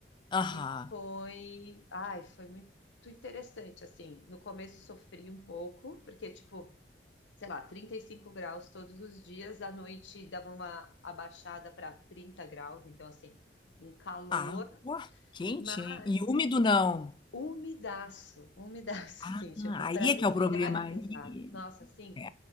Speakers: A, on the left (about 25°); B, on the left (about 85°).
A: Aham.
B: E foi, ai, foi muito interessante, assim, no começo sofri um pouco, porque, tipo, sei lá, 35 graus todos os dias, à noite dava uma abaixada para 30 graus, então, assim, um calor,
A: Ah, ué, quente,
B: mas
A: hein? E úmido não.
B: umidaço, umidaço,
A: Ah,
B: <laughs> assim, tipo, para
A: aí
B: respirar
A: é que é o problema.
B: é pesado.
A: Aí,
B: Nossa, assim,
A: é,